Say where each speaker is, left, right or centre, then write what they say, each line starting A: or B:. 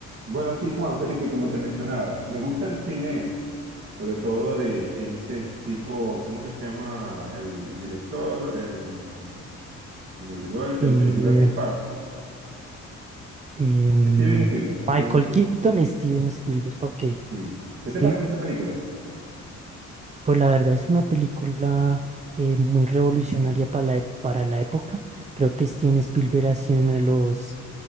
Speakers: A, on the right; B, on the right.
A: Bueno, sí, Juan Felipe, como te mencionaba, me gusta el cine, sobre todo de este tipo, ¿cómo que se llama el director? Em, se me olvidó el,
B: Eh,
A: el de Jurassic Park.
B: em,
A: Steven Spielberg,
B: Michael
A: Steven Spielberg.
B: Keaton, Steven Spielberg. Ok,
A: Sí. ¿Qué
B: sí,
A: te pareció esta película?
B: pues la verdad es una película eh, muy revolucionaria para la, e- para la época. Creo que Steven Spielberg ha sido uno de los